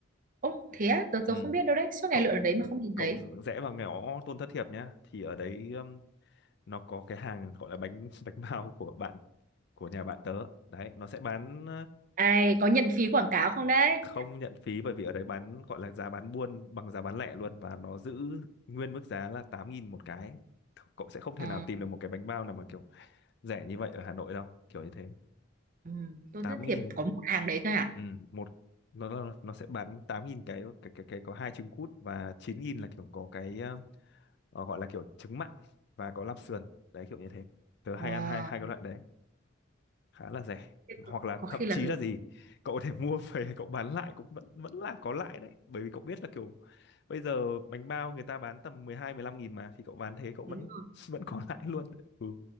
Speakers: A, on the right; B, on the left.
A: Ồ thế á tớ,
B: ừ
A: tớ không biết đâu đấy suốt
B: cậu
A: ngày lượn ở đấy mà không nhìn
B: cậu
A: thấy
B: rẽ vào ngõ Tôn Thất Thiệp nhá thì ở đấy ừm, nó có cái hàng gọi là bánh <laughs> bánh bao của bạn của nhà bạn tớ đấy nó sẽ bán
A: ai có nhận phí quảng cáo không đấy?
B: không nhận phí bởi vì ở đấy bán gọi là giá bán buôn bằng giá bán lẻ luôn và nó giữ nguyên mức giá là 8.000 một cái cậu sẽ không thể
A: Ờ,
B: nào tìm được một cái bánh bao nào mà kiểu rẻ như vậy ở Hà Nội đâu kiểu như thế
A: ừ, tôi
B: tám
A: rất thiệp
B: nghìn
A: có một hàng đấy thôi à?
B: ừ, một nó nó nó sẽ bán 8.000 cái cái cái cái có hai trứng cút và 9.000 là kiểu có cái ờ, ờ, gọi là kiểu trứng mặn và có lạp sườn đấy kiểu như thế tớ hay
A: Ờ,
B: ăn hai hai cái loại đấy khá là rẻ
A: thế
B: hoặc
A: có,
B: là
A: có khi
B: thậm
A: là...
B: chí là gì cậu có thể mua về <laughs> cậu bán lại cũng vẫn vẫn là có lãi đấy bởi vì cậu biết là kiểu bây giờ bánh bao người ta bán tầm mười hai mười 15 nghìn mà thì cậu bán thế cậu
A: đúng
B: vẫn
A: rồi.
B: <laughs> vẫn có lãi luôn ừ.